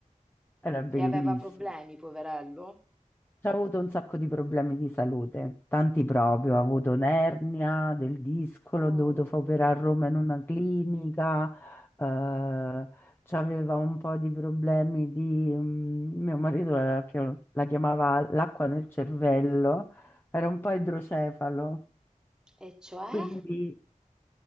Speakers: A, on the left; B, in the centre.
A: Era bellissimo.
B: E aveva problemi, poverello?
A: C'ha avuto un sacco di problemi di salute, tanti proprio,
B: Mm.
A: ha avuto un'ernia del disco,
B: Oh.
A: l'ho dovuto fare operare a Roma in una clinica, eh, c'aveva un po' di problemi di... mm, mio marito la, chi- la chiamava l'acqua nel cervello, era un po' idrocefalo,
B: E cioè?
A: quindi...